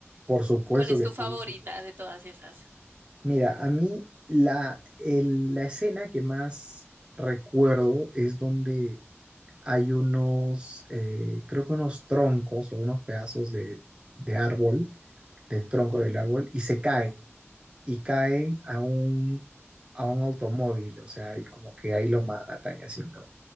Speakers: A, on the right; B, on the right.
A: por supuesto
B: ¿Cuál es
A: que
B: tu
A: sí.
B: favorita
A: he visto que-
B: de todas esas?
A: Mira, a mí la, el- la escena que más recuerdo es donde hay unos, eh, creo que unos troncos o unos pedazos de, de árbol, del tronco del árbol, y se caen, y caen a un, a un automóvil, o sea, y como que ahí lo matan y así, ¿no?